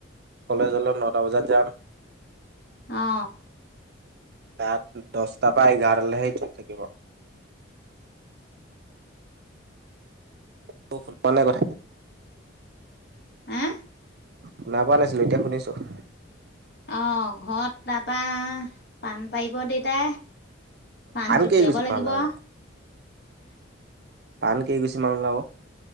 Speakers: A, on the right; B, on the left.
A: কলেজলৈ নটা বজাত যাম।
B: অ
A: তাত দহটা পৰা এঘাৰলৈহে খোল থাকিব। কচোন। নাই, নাই,
B: হা
A: শুনা পোৱা নাছিলো, এতিয়া শুনিছো। <inaudible>
B: অ', ঘৰত তাৰপা পাণ পাৰিব দেউতাই পাণ জুকিয়াব
A: কেই গুছি
B: লাগিব।
A: মান ওলাব পাণ কেই গুচি মান ওলাব?